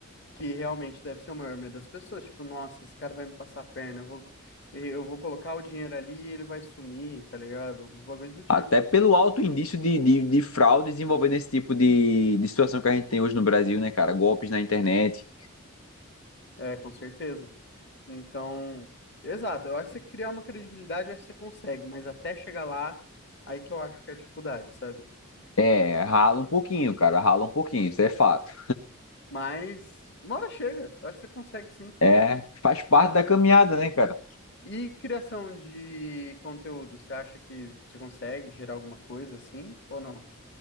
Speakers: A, on the left; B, on the left.
A: que realmente deve ser o maior medo das pessoas, tipo, nossa, esse cara vai me passar a perna, eu vou, eu vou colocar o dinheiro ali e ele vai sumir, tá ligado? Uns bagulho do tipo.
B: Até pelo alto indício de, de, de fraudes envolvendo esse tipo de, de situação que a gente tem hoje no Brasil, né, cara? Golpes na internet.
A: É, com certeza. Então, exato, eu acho que você criar uma credibilidade, eu acho que você consegue, mas até chegar lá, aí que eu acho que é a dificuldade, sabe?
B: É, rala um pouquinho, cara, rala um pouquinho, isso é fato.
A: Mas uma hora chega, eu acho que você consegue sim.
B: É, faz parte da caminhada, né, cara?
A: E criação de conteúdo, você acha que você consegue gerar alguma coisa assim ou não?